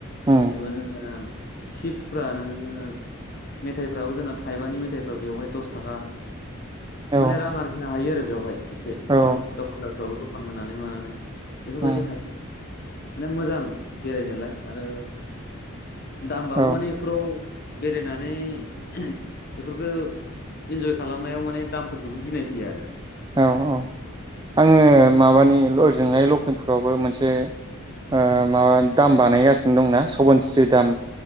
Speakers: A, on the right; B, on the left.
A: उम
B: जेनेबा जोंनो सिफफ्रा नोङो मेथायफ्राबो जोंना थायबानि मेथाइफ्रा बेवहाय दस थाखा
A: औ
B: माने रां आरजिनो हायो आरो बेयाव वाय एसे
A: औ
B: दखान दखानदारफ्राबो दखान होननानै मानानै बेफोरबायदिहाय
A: उम
B: माने मोजां बेरायनोलाय आरो दामाबो
A: औ
B: माने बेफोराव बेरायनानै बेफोरखौ इन्जय खालामनायाव माने दामफोरखौबो गिनाय फैयो आरो
A: औ औ आङो
B: माने
A: माबानि ओजोंहाय लखिमपुरावबो मोनसे ओ माबा दाम बानायगासिनो दंना सबनस्रि दाम